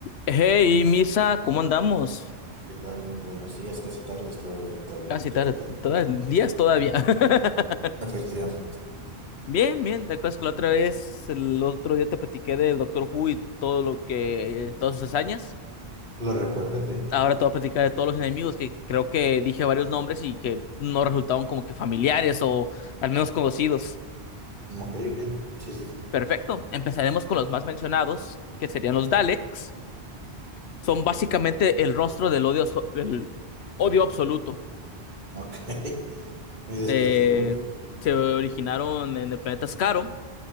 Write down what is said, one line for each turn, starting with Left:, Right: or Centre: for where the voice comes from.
Left: Hey, Misa, ¿cómo andamos?
Right: ¿Qué tal? Muy buenos días, casi tardes, todo bien, todo bien.
Left: Casi
Right: ¿Tú
Left: tarde,
Right: qué tal?
Left: toda- días todavía. <laughs>
Right: Efectivamente.
Left: Bien, bien, ¿te acuerdas que la otra vez, el otro día te platiqué del Doctor Who y todo lo que, todas sus hazañas?
Right: ¿Lo recuerdas? Sí.
Left: Ahora te voy a platicar de todos los enemigos que creo que dije varios nombres y que no resultaban como que familiares o al menos conocidos.
Right: Ok, bien. Sí, sí, sí.
Left: Perfecto, empezaremos con los más mencionados, que serían los Daleks. Son básicamente el rostro del odio, so- del odio absoluto.
Right: Ok. <laughs> Muy descriptivo.
Left: eh, se originaron en el planeta Skaro.